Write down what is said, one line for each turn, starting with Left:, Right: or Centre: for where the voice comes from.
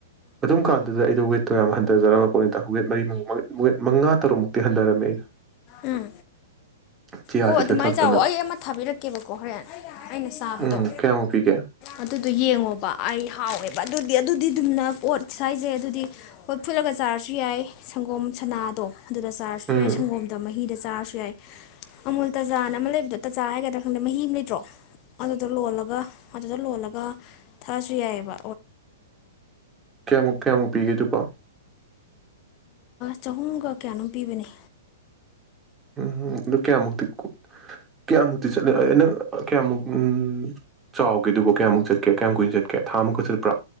Right: ꯑꯗꯨꯝ ꯀꯥꯟꯗꯨꯗ ꯑꯩꯗꯣ ꯋꯦꯠꯇꯣ ꯌꯥꯝ ꯍꯟꯊꯖꯔꯝꯃ ꯄꯣꯠꯅꯤꯗ ꯋꯦꯠ ꯃꯔꯤ ꯋꯦꯠ ꯃꯉꯥ ꯇꯔꯨꯛꯃꯨꯛꯇꯤ ꯍꯟꯊꯔꯝꯃꯦ ꯑꯩꯗꯣ
Left: ꯎꯝ
Right: ꯆꯤꯌꯥꯁꯤꯠꯀ
Left: ꯍꯣ ꯑꯗꯨꯃꯥꯏꯅ
Right: ꯊꯛꯇꯅ
Left: ꯆꯥꯎꯋꫭ ꯑꯩ ꯑꯃ ꯊꯥꯕꯤꯔꯛꯀꯦꯕꯀꯣ ꯍꯣꯔꯦꯟ ꯑꯩꯅ ꯆꯥꯕꯗꯣ
Right: ꯎꯝ ꯀꯌꯥꯃꯨꯛ ꯄꯤꯒꯦ
Left: ꯑꯗꯨꯗꯣ ꯌꯦꯡꯉꯣꯕ ꯑꯩ ꯍꯥꯎꯋꯦꯕ ꯑꯗꯨ ꯑꯗꯨꯗꯤ ꯑꯗꯨꯝꯅ ꯑꯣꯠ ꯁꯥꯏꯖꯩ ꯑꯗꯨꯗꯤ ꯍꯣꯏ ꯐꯨꯠꯂꯒ ꯆꯥꯔꯁꯨ ꯌꯥꯏ ꯁꯪꯒꯣꯝ ꯁꯥꯅꯥꯗꯣ ꯑꯗꯨꯝꯅ ꯆꯥꯔꯖꯁꯨꯨ
Right: ꯎꯝ
Left: ꯌꯥꯏ ꯁꯪꯒꯣꯝꯗ ꯃꯍꯤ ꯍꯤꯗ ꯆꯥꯔꯁꯨ ꯌꯥꯏ ꯑꯃꯨꯜ ꯇꯥꯖꯥꯅ ꯑꯃ ꯂꯩꯕꯗꯣ ꯇꯥꯖꯥ ꯍꯥꯏꯒꯗ꯭ꯔꯥ ꯈꯪꯗꯦ ꯃꯍꯤ ꯑꯃ ꯂꯩꯇ꯭ꯔꯣ ꯑꯗꯨꯗ ꯂꯣꯜꯂꯒ ꯑꯗꯨꯗ ꯂꯣꯜꯂꯒ ꯊꯛꯑꯁꯨ ꯌꯥꯏꯌꯦꯕ
Right: ꯀꯌꯥꯃꯨꯛ ꯀꯌꯥꯃꯨꯛ ꯄꯤꯒꯦ ꯗꯨꯕꯣ
Left: ꯆꯍꯨꯝꯒ ꯀꯌꯥꯅꯣꯝ ꯄꯤꯕꯅꯦ
Right: ꯎꯝ ꯑꯗꯨ ꯀꯌꯥꯃꯨꯛꯇꯤ ꯀꯌꯥꯃꯨꯛꯇꯤ ꯆꯠꯂꯦ ꯅꯪ ꯀꯌꯥꯃꯨꯛ ꯎꯝ ꯆꯥꯎꯒꯦ ꯑꯗꯨꯕꯣ ꯀꯌꯥꯃꯨꯛ ꯆꯠꯀꯦ ꯀꯌꯥꯝ ꯀꯨꯏꯅ ꯆꯠꯀꯦ ꯊꯥꯃꯨꯛꯀ ꯆꯠꯄ꯭ꯔꯥ